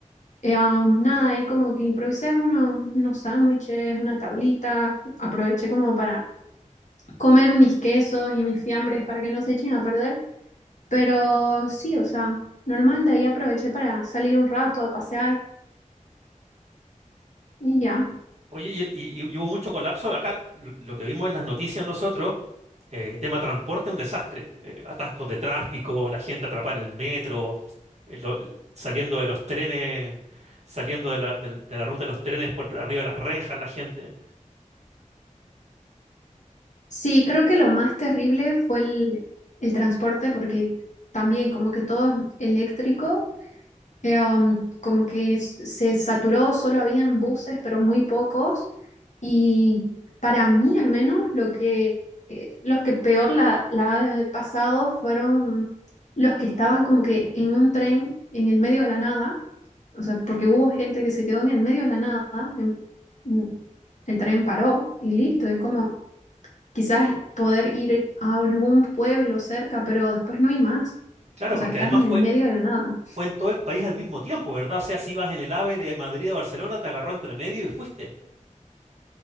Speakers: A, on the left (about 60°); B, on the right (about 55°).
A: eh, um, nada, ahí como que improvisé uno- unos sándwiches, una tablita, aproveché como para comer mis quesos y mis fiambres para que no se echen a perder. Pero sí, o sea, normal, de ahí aproveché para salir un rato a pasear y ya.
B: Oye, y, el- y- y hubo mucho colapso. Acá l- lo que vimos en las noticias nosotros, eh, tema transporte, un desastre. Eh, atascos de tráfico, la gente atrapada en el metro, eh, lo- l- saliendo de los trenes, saliendo de la, del- de la ruta de los trenes por arriba de las rejas, la gente.
A: Sí, creo que lo más terrible fue el, el transporte porque también como que todo es eléctrico Eh, um, como que s- se saturó, solo habían buses, pero muy pocos. Y para mí, al menos, lo que, eh, los que peor la, la ha de haber pasado fueron los que estaban como que en un tren en el medio de la nada. O sea, porque hubo gente que se quedó en el medio de la nada. en- en- el tren paró y listo. Es como quizás poder ir a algún pueblo cerca, pero después no hay más.
B: Claro,
A: O sea,
B: porque
A: estás
B: además
A: en el
B: fue,
A: medio de la nada.
B: fue en todo el país al mismo tiempo, ¿verdad? O sea, si ibas en el AVE de Madrid a Barcelona, te agarró entre medio y fuiste.